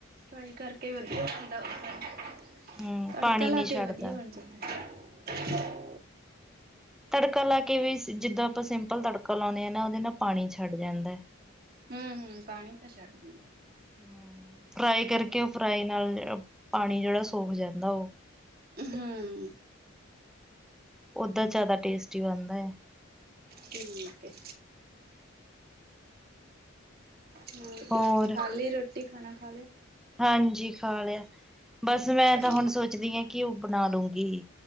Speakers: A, on the right (about 45°); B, in the centre.
A: ਫਰਾਈ ਕਰਕੇ ਵਦਿਆ <unintelligible>
B: ਹਮ
A: ਤੜਕਾ
B: ਪਾਣੀ
A: ਲਾ
B: ਨੀ
A: ਕੇ
B: ਛੱਡਦਾ
A: ਵੀ ਵਦਿਆ ਬਨ ਚ <unintelligible>
B: ਤੜਕਾ ਲਾ ਕੇ ਵੀ ਸਿ ਜਿਦਾ ਅਪਾ ਸਿੰਪਲ ਤੜਕਾ ਲਾਓਨੇ ਆ ਨਾ ਓਦੇ ਨਾਲ ਪਾਣੀ ਛੱਡ ਜਾਦਾ ਏ।
A: ਹੂੰ, ਹੂੰ ਪਾਣੀ ਤਾਂ ਛੱਡ ਦਿੰਦਾ ਏ।
B: ਹੂੰ, ਫਰਾਈ ਕਰਕੇ ਓ ਫਰਾਈ ਨਾਲ ਪਾਣੀ ਜੇੜਾ ਸੋਕ ਜਾਂਦਾ ਔ।
A: ਹੂੰ।
B: ਓਦਾ ਜਾਦਾ ਟੇਸਟੀ ਬਨਦਾ ਏ।
A: ਠੀਕ ਏ। ਹੂੰ,
B: ਹੋਰ
A: ਖਾਲੀ ਰੋਟੀ ਖਾਨਾ ਖਾ ਲੇਆ?
B: ਹਾਂਜੀ ਖਾ ਲੇਆ ਬਾੱਸ ਮੈਂ
A: ਠੀਕ
B: ਤਾ ਹੁਣ ਸੋਚਦੀ ਆ ਕਿ ਓ ਬਣਾ ਲੂੰਗੀ